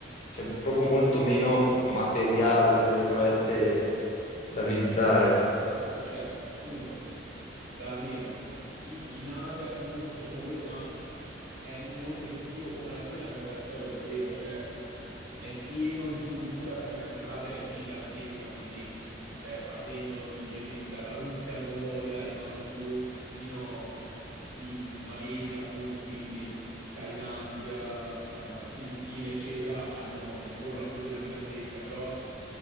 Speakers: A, on the left; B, on the right.
A: c'è proprio molto meno materiale, tra virgolette, da visitare.
B: Sì, sì, assolut- cioè, appunto, da almeno, sì, in Asia comunque c'è molto, ma è anche molto ripetitivo, come alla fine anche la storia europea, cioè è pieno di cultura perché anche l'Asia è gigantesca, quindi, cioè, partendo, non mi viene in mente, dalla Russia, Mongolia, arrivando giù fino in Malesia, appunto, quindi Thailandia, eh, Filippine, eccetera, hanno anche loro una cultura gigantesca, però